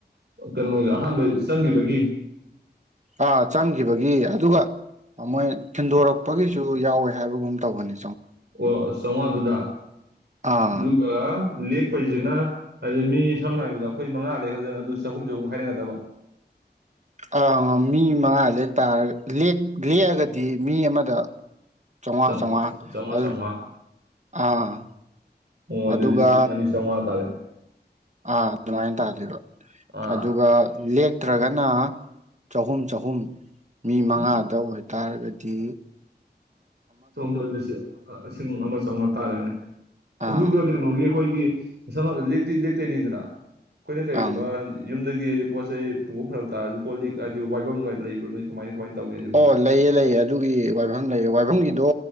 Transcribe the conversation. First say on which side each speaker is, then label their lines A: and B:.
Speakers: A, on the right; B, on the right.
A: ꯀꯩꯅꯣꯒꯤ ꯑꯍꯥꯟꯕ ꯆꯪꯈꯤꯕꯒꯤ
B: ꯑꯥ ꯆꯪꯈꯤꯕꯒꯤ ꯑꯗꯨꯒ ꯃꯣꯏ ꯊꯈꯤꯤꯟꯗꯣꯔꯛꯄꯒꯤꯁꯨ ꯌꯥꯎꯋꯦ ꯍꯥꯏꯕꯒꯨꯝ ꯇꯧꯕꯅꯤ
A: ꯑꯣ ꯁꯋꯥ ꯑꯗꯨꯗꯨꯗꯥ <inaudible>
B: ꯑꯥ
A: ꯑꯗꯨꯒ ꯂꯦꯛꯄꯩꯁꯤꯅ ꯍꯥꯏꯗꯤ ꯃꯤ ꯁꯝꯅ ꯍꯥꯏꯔꯕꯗ ꯑꯩꯈꯣꯏ ꯃꯉꯥ ꯂꯦꯛꯈ꯭ꯔꯗꯅ ꯑꯗꯨ ꯆꯍꯨꯝ ꯆꯍꯨꯝꯛ ꯈꯥꯏꯅꯒꯗꯕ
B: ꯑꯥ ꯃꯤ ꯃꯉꯥ ꯂꯦꯛ ꯇꯥꯔꯒ ꯂꯦꯛꯑꯒꯗꯤ ꯃꯤ ꯑꯃꯗ ꯆꯥꯝꯃꯉꯥ
A: ꯆꯧ
B: ꯆꯥꯝꯃꯉꯥ
A: ꯆꯧ ꯆꯧꯉꯥ ꯆꯧꯉꯥ
B: ꯑꯥ
A: ꯑꯣ ꯑꯗꯨꯗꯤ
B: ꯑꯗꯨꯒ
A: ꯂꯤꯁꯤꯡ ꯑꯅꯤ ꯆꯧꯉꯥ ꯇꯔꯦ
B: ꯑꯥ ꯑꯗꯨꯃꯥꯏꯅ ꯇꯥꯗꯣꯏꯕ
A: ꯑꯥ
B: ꯑꯗꯨꯒ ꯂꯦꯛꯇ꯭ꯔꯒꯅ ꯆꯍꯨꯝ ꯆꯍꯨꯝ ꯃꯤ ꯃꯉꯥꯗ
A: ꯎꯝ
B: ꯑꯣꯏꯇꯥꯔꯒꯗꯤ ꯇꯤ
A: ꯆꯥꯍꯨꯝ ꯃꯉꯥꯂꯤꯁꯤꯡ ꯑꯃ ꯆꯥꯝꯃꯉꯥ ꯇꯥꯔꯦꯅꯦ
B: ꯑꯥ
A: ꯑꯗꯨꯒ ꯀꯩꯅꯣꯒꯤ ꯑꯩꯈꯣꯏꯒꯤ ꯁꯝꯐꯗ ꯂꯦꯛꯇꯤ ꯂꯦꯛꯇꯣꯏꯅꯤꯗꯅ ꯑꯩꯈꯣꯏꯅ ꯀꯩꯒꯨꯝꯕ
B: ꯑꯪ
A: ꯌꯨꯝꯗꯒꯤ ꯄꯣꯠ ꯆꯩ ꯄꯨꯕ ꯐꯔꯛ ꯇꯥꯔꯁꯨ ꯀꯣꯠꯂꯤꯛ ꯍꯥꯏꯗꯤ ꯋꯥꯏꯐꯝꯒ ꯂꯩꯕ ꯅꯣꯏ ꯀꯃꯥꯏ ꯀꯃꯥꯏꯅ ꯇꯧꯒꯦ ꯁꯤꯕꯣ
B: ꯑꯣ ꯂꯩꯌꯦ ꯂꯩꯌꯦ ꯑꯗꯨꯒꯤ ꯋꯥꯏꯐꯝ ꯂꯩꯑ ꯋꯥꯏꯐꯝꯒꯤ꯫ ꯑꯗꯣ